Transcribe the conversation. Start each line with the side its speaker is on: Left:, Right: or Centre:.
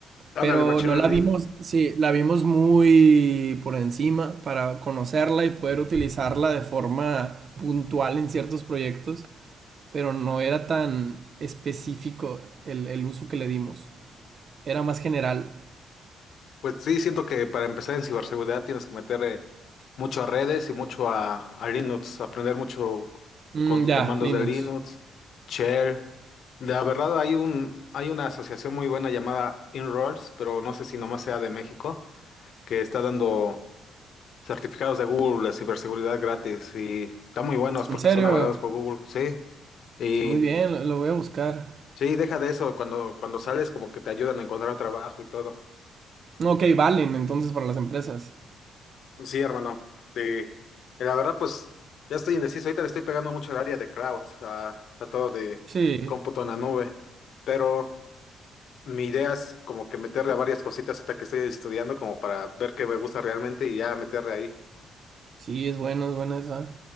Left: Ándale,
Right: Pero
Left: machine
Right: no
Left: learning.
Right: la vimos, sí, la vimos muy por encima para conocerla y poder utilizarla de forma puntual en ciertos proyectos, pero no era tan específico el, el uso que le dimos, era más general.
Left: Pues sí, siento que para empezar en ciberseguridad tienes que meter eh, mucho a redes y mucho a, a Linux, aprender mucho
Right: Mm,
Left: con
Right: ya,
Left: comandos
Right: Linux.
Left: de Linux, shell. La verdad hay un, hay una asociación muy buena llamada Inroads, pero no sé si nomás sea de México, que está dando certificados de Google de ciberseguridad gratis y están muy buenos porque
Right: ¿En serio?
Left: son avalados por Google, sí. Y,
Right: Muy bien,
Left: y-
Right: lo, lo voy a buscar.
Left: sí, deja de eso, cuando, cuando sales como que te ayudan a encontrar trabajo y todo.
Right: No, Ok, valen entonces para las empresas.
Left: Sí, hermano. De, de la verdad, pues ya estoy indeciso. Ahorita le estoy pegando mucho al área de cloud, a, a todo de
Right: Sí,
Left: cómputo en la nube. Pero mi idea es como que meterle a varias cositas hasta que estoy estudiando, como para ver qué me gusta realmente y ya meterle ahí.
Right: sí, es bueno, es buena esa.